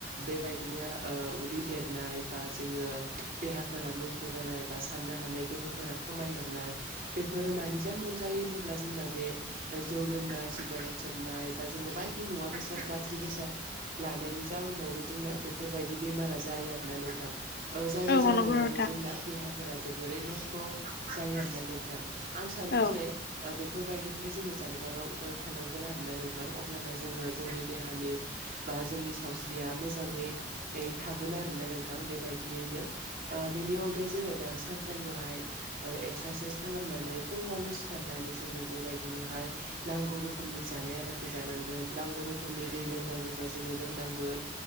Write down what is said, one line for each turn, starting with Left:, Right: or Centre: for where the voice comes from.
Right: बेबायदिनो उदै देरनाय बा जोङो देहाफोरा नस्थ' जानाय बा साननो हानाय गोहोगोरा खमायलांनाय बेफोरो मानि जाहनाव जायो होनोब्ला बे जौ लों जोमनाय सिगारेत सोबनाय बा जोङो बायदि मुवा बेसाद गाज्रि बेसाद लानायनि जाउनावनो जोंना बेफोरबायदि बेमारा जायो आरोना नोंथां जायनि
Left: औ
Right: जाहावनो
Left: नंगौ नोंथां
Right: जों देहाफोरा जोबोरै नस्थ' जायो आरोना नोंथां आं सानो
Left: औ
Right: जे ओ बेफोरबायदिनिफ्राय जोङो जानगाराव ओ थानांग गोन आरो ना नोंथां अब्लाना जोङो जोंनि देहानि बा जोंनि सावस्रिया मोज जाङै एरै थागोन आरोना नोंथां बेबायदियैनो ओ बेनि अनगायै ओमफाय जोङो दा सानफ्रामबोहाय एक्सारसाइस खालामनानै फुङावनो सिखारनानै जोङो बेबाय बिदिनोहाय नांगौ रोखोमनि जानाय आदारखो जानांगोन नांगौ रोखोमनि दै लोंनांगौ बा जोङो लों नांगोन।